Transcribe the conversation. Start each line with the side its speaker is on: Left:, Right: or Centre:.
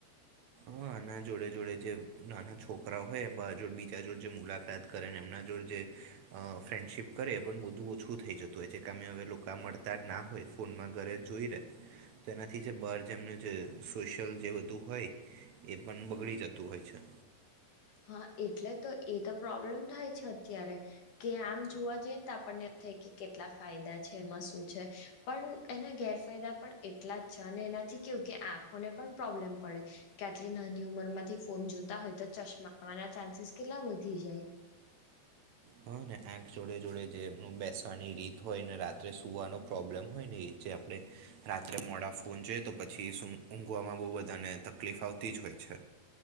Right: હ એના જોડે જોડે જે નાના છોકરા હોય બ જોડ બીજા જોડ જે મુલાકાત કરે ને એમના જોડે જે અ ફ્રેન્ડશિપ કરે પણ બધું ઓછું થઈ જતું હોય છે. કામે હવે લોકો મળતા જ ના હોય. ફોનમાં ઘરે જોઈ રહે તો એનાથી જે બહાર જેમનું જે સોશિયલ જે બધું હોય. એ પણ બગડી જતું હોય છે.
Left: હા એટલે તો એ તો પ્રોબ્લેમ થાય છે અત્યારે કે આમ જોવા જઈ ને તો આપણને થાય કેટલા ફાયદા છે એમાં શું છે પણ એના ગેરફાયદા પણ એટલા જ છે અને એનાથી કેવું કે આંખોને પણ પ્રોબ્લેમ પડે કે આટલી નાની ઉંમર માંથી ફોન જોતા હોય તો ચશ્માના ચાન્સીસ કેટલા વધી જાય
Right: હા ને આંખ જોડે જોડે જેમ બેસવાની રીત હોય ને રાત્રે સુવાનો પ્રોબ્લેમ હોય ને એ જે આપણે રાત્રે મોડા ફોન જોઈ તો પછી ઊંઘવામાં બહુ બધાને તકલીફ આવતી જ હોય છે.